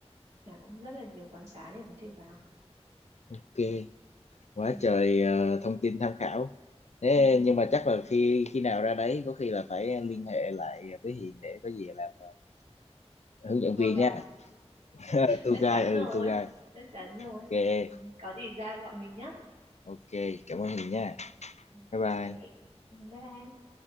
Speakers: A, on the right (about 85°); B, on the left (about 80°).
A: mà cũng rất là nhiều quán xá để có thể vào
B: ok quá
A: ừ.
B: trời ờ, thông tin tham khảo thế
A: <laughs>
B: nhưng mà chắc là khi khi nào ra đấy có khi là phải liên hệ lại với Hiền để có gì làm ờ, hướng dẫn
A: tour
B: viên
A: guide
B: nha Ờ, tour
A: chắc
B: guide
A: chắn
B: ừ
A: rồi
B: tour guide
A: chắc chắn rồi
B: ok
A: ừ, có gì ra gọi mình nhé
B: ok cảm ơn Hiền nha
A: Ừ,
B: bye bye
A: ok Ừ, bye bye